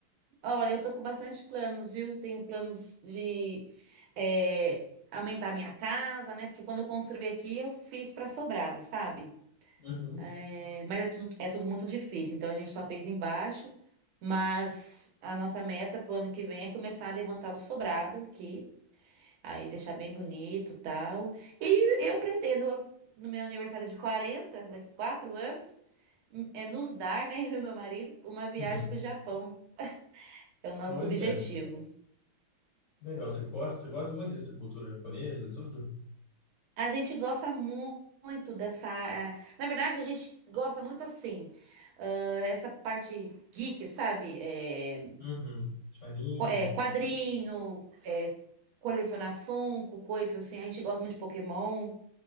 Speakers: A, on the right (about 80°); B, on the left (about 60°).
A: Olha, eu tô com bastante planos, viu? Tenho planos de é, aumentar minha casa, né? Porque quando eu construí aqui, eu fiz para sobrado, sabe?
B: Uhum.
A: É, mas é tudo, é tudo muito difícil, então a gente só fez embaixo. Mas a nossa meta pro ano que vem é começar a levantar o sobrado aqui Aí deixar bem bonito, tal. E eu pretendo, no meu aniversário de 40 daqui quatro anos, m- é nos dar, né, <laughs> eu e meu marido, uma viagem
B: Uhum.
A: para o Japão. É o nosso
B: Olha,
A: objetivo.
B: que legal. Você gosta, você gosta muito dessa cultura japonesa, tudo?
A: A gente gosta mu- muito dessa. ah, Na verdade, a gente gosta muito assim, ah, essa parte geek, sabe? É,
B: Uhum. Anime.
A: qu- é, quadrinho, colecionar Funko, coisas assim. A gente gosta muito de Pokémon.